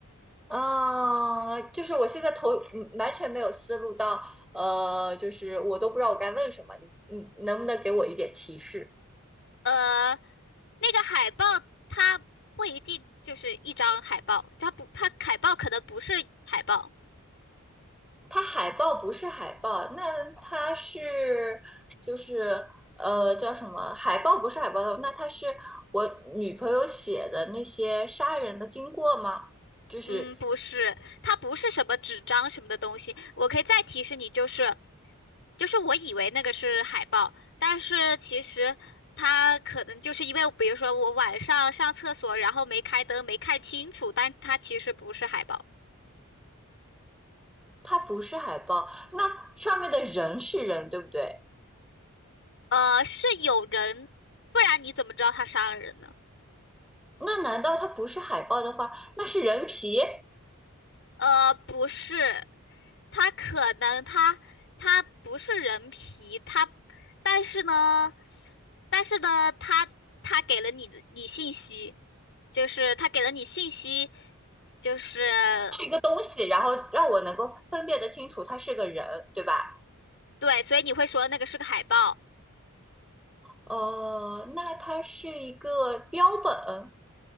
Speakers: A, in the centre; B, on the left.
A: 嗯，就是我现在头嗯完全没有思路到，呃，就是我都不知道我该问什么，你你能不能给我一点提示？
B: 呃，那个海报它不一定就是一张海报，它不，它海报可能不是海报，
A: 它海报不是海报，那它是就是呃叫什么？海报不是海豹，那它是我女朋友写的那些杀人的经过吗？就是
B: 嗯，不是，它不是什么纸张什么的东西。我可以再提示你，就是就是我以为那个是海报，但是其实。它可能就是因为，比如说我晚上上厕所，然后没开灯，没看清楚，但它其实不是海报。
A: 它不是海报，那上面的人是人，对不对？
B: 呃，是有人，不然你怎么知道他杀了人呢？
A: 那难道它不是海报的话，那是人皮？
B: 呃，不是，他可能他他不是人皮，他，但是呢，但是呢，他他给了你的你信息，就是他给了你信息，就是
A: 一个东西，然后让我能够分辨得清楚他是个人，对吧？
B: 对，所以你会说那个是个海报。
A: 哦、那他是一个标本，